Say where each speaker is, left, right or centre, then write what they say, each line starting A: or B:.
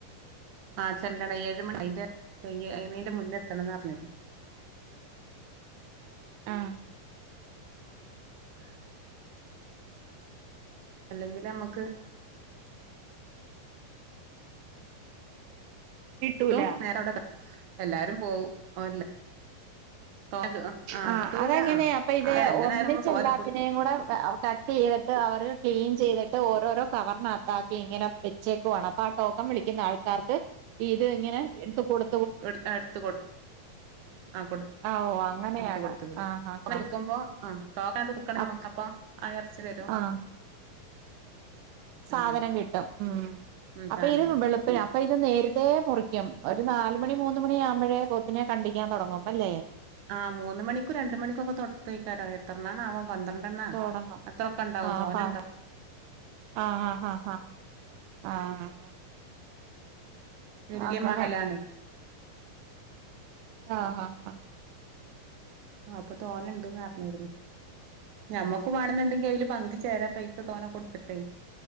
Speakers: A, on the right; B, on the right.
A: ആഹ ചെല്ലണം ഏഴ് മണി അയ്ന്റെ കയ്യ അ അന്റെ മുന്നെ എത്തണംന്ന് പറഞ്ഞോ
B: ആ
A: ഉ അല്ലെങ്കിലും നമുക്ക്.
B: കിട്ടൂല
A: എത്തും നേര അവിടെ എല്ലാരും പോവും ല്ല ത ആ
B: ആഹ്
A: ഇട്ടൂല
B: അതെങ്ങനെയാ
A: ആ
B: അപ്പൊ ഇത്
A: അഹ് എങ്ങനെ
B: ഒന്നിച്ചെല്ലാത്തിനെയും
A: ആയാലും നമ്മള് പോവാതിരിക്കൂല
B: കൂടെ കട്ട് ചെയ്തിട്ട് അവർ ക്ലീൻ ചെയ്തിട്ട് ഓരോരോ കവറിനകത്താക്കി ഇങ്ങനെ വെച്ചേക്കുവാണ് അപ്പൊ ആ ടോക്കം വിളിക്കുന്ന ആൾക്കാർക്ക് ഇത് ഇങ്ങനെ എടുത്ത് കൊടു
A: എടു ആഹ് എടുത്ത കൊടുത്തു ആ കൊടുത്ത
B: ആഹ് ഓ അങ്ങനെയാണ്
A: കൊടുത്ത് വിടും
B: ആഹ് ആഹ്
A: കൊടുക്കുമ്പോ
B: ആഹ്
A: ആഹ് ടോക്കൻ കൊടുക്കണമ്മക്ക്
B: അപ്
A: അപ്പം ആഹ് എറച്ചി തരും
B: ആഹ് സാധനം
A: അങ്ങനെ
B: കിട്ടും ഉം
A: ഉം
B: അപ്പ
A: സാധനം
B: ഈ
A: കിട്ടും
B: വെളുപ്പി അപ്പൊ അയിനെ നേരത്തെേ മുറിക്കും ഒരു നാല്മണി മൂന്ന്മണിയാവുമ്പഴേ പോത്തിനെ കണ്ടിക്കാൻ തൊടങ്ങും അല്ലേ?
A: ആഹ് മൂന്ന്മണിക്കും രണ്ട്മണിക്കൊക്കെ തൊടത്തോക്കാരം എത്രണ്ണാ ണാവോ പന്ത്രണ്ടെണ്ണ
B: തുടങ്ങും
A: അത്രൊക്കെണ്ടാവും
B: ആഹ്
A: തോനണ്ടാവും
B: അപ്പ ആഹ് ആഹ് ആഹ് ആഹ് ആഹ്
A: വല്യ
B: അങ്ങനെ
A: മഹല്ലാണെ
B: ആഹ് ആഹ് ആ
A: ആഹ് അപ്പൊ തോനേ ഇണ്ട്ന്ന് പറഞ്ഞിരുന്നു ഞമ്മക്ക് വാണന്ന്ണ്ടെങ്കി അയില് പങ്ക് ചേരാ പൈസ തോന കൊടുത്തിട്ടേ